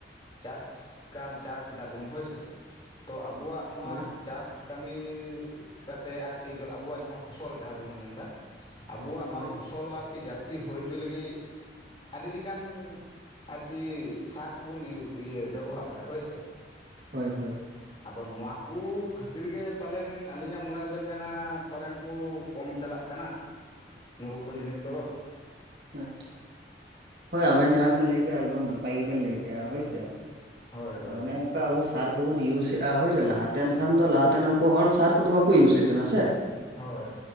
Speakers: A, on the left; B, on the right.
A: ᱪᱟᱥ ᱠᱟᱱ ᱪᱟᱥ ᱫᱟᱵᱩᱱ ᱦᱳᱭᱥᱮ᱾ᱛᱚ ᱟᱵᱩᱣᱟᱜ ᱱᱚᱣᱟ
B: ᱦᱳᱭ
A: ᱪᱟᱥ ᱠᱟᱹᱢᱤ ᱠᱟᱛᱮ ᱟᱨᱠᱤ ᱟᱵᱚᱣᱟᱜ ᱡᱟᱦᱟᱸ ᱯᱷᱚᱥᱚᱞ ᱡᱟᱦᱟᱸ ᱫᱚᱵᱚᱱ ᱢᱮᱱ ᱫᱟ, ᱟᱵᱚᱣᱟᱜ ᱱᱚᱣᱟ
B: ᱦᱳᱭ
A: ᱯᱷᱚᱥᱚᱞ ᱟᱨᱠᱤ ᱡᱟᱹᱥᱛᱤ ᱦᱩᱭ ᱦᱚᱪᱚ ᱞᱟᱹᱜᱤᱫ ᱟᱹᱰᱤ ᱞᱮᱠᱟᱱ ᱟᱨᱠᱤ ᱥᱟᱨ ᱠᱚᱵᱚᱱ ᱵᱮᱵᱚᱦᱟᱨ ᱫᱟ ᱦᱳᱭᱥᱮ᱾
B: ᱦᱳᱭ ᱦᱳᱭ᱾
A: ᱟᱫᱚ ᱱᱚᱣᱟᱠᱚ ᱠᱷᱟᱹᱛᱤᱨ ᱜᱮ ᱯᱟᱞᱮᱱ ᱟᱹᱞᱤᱧᱟᱜ ᱢᱚᱱᱮ ᱨᱮᱫᱚᱭ ᱢᱮᱱᱟ ᱯᱟᱞᱮᱱ ᱠᱩ ᱠᱚᱢ ᱪᱟᱞᱟᱜ ᱠᱟᱱᱟ ᱱᱩᱠᱩ ᱠᱚ ᱡᱤᱱᱤᱥ ᱠᱚᱫᱚ᱾
B: ᱦᱮᱸ᱾ ᱦᱳᱭ ᱟᱵᱮᱱ ᱡᱟᱦᱟᱸ ᱵᱮᱱ ᱞᱟᱹᱭ ᱠᱮᱜᱼᱟ ᱮᱠᱫᱚᱢ ᱱᱟᱯᱟᱭ ᱜᱮᱵᱮᱱ ᱞᱟᱹᱭ ᱠᱮᱜᱼᱟ ᱦᱳᱭ ᱥᱮ,
A: ᱦᱳᱭ
B: ᱫᱚ
A: ᱦᱳᱭ
B: ᱚᱱᱮ ᱟᱵᱚ ᱥᱟᱨ ᱠᱚᱵᱚᱱ ᱤᱭᱩᱡᱮᱫ-ᱟ ᱦᱳᱭ ᱥᱮ ᱞᱟᱦᱟᱛᱮᱱ ᱠᱷᱟᱱ ᱫᱚ ᱞᱟᱦᱟ ᱛᱮᱱᱠᱩ ᱦᱚᱲ ᱥᱟᱨ ᱠᱚᱫᱚ ᱵᱟᱠᱚ ᱤᱭᱩᱡᱮᱫ ᱛᱟᱦᱮᱱᱟ ᱥᱮ᱾
A: ᱦᱳᱭ᱾